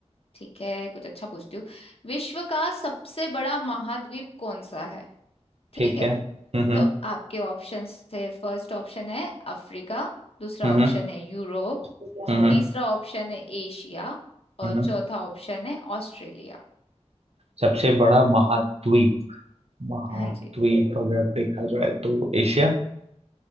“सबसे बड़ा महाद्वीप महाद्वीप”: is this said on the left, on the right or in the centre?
Right